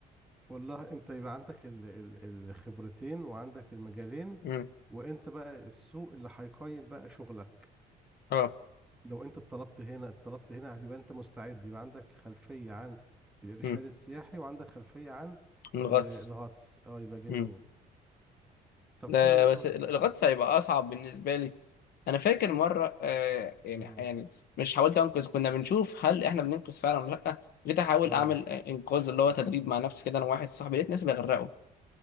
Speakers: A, in the centre; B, on the left.
A: والله انت يبقى عندك ال- ال- الخبرتين وعندك المجالين
B: امم
A: وانت بقى السوق اللي هيقيم بقى شغلك
B: اه
A: لو انت اتطلبت هنا اتطلبت هنا هتبقى انت مستعد يبقى عندك خلفية عن الارشاد
B: امم
A: السياحي وعندك خلفية عن
B: الغطس
A: ال- الغطس اه يبقى جميل
B: امم
A: طب
B: ده
A: حلو والله
B: بس ال-
A: يعني.
B: الغطس هيبقى اصعب بالنسبه لي انا فاكر مره آه يعني
A: اه
B: يعني مش حاولت انقذ كنا بنشوف هل احنا بننقذ فعلا ولا لا جيت احاول
A: اه
B: اعمل آه، انقاذ اللي هو تدريب مع نفسي كده انا واحد صاحبي لقيت نفسي بغرقه